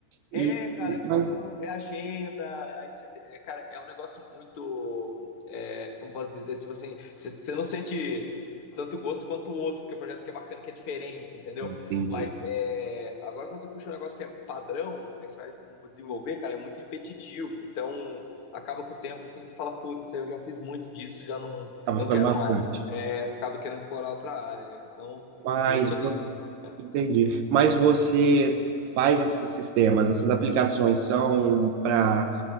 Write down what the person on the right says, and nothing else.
E,
mas,
entendi.
Tava
ficando
bastante,
Mas
você,
entendi. Mas você faz esses sistemas, essas aplicações são para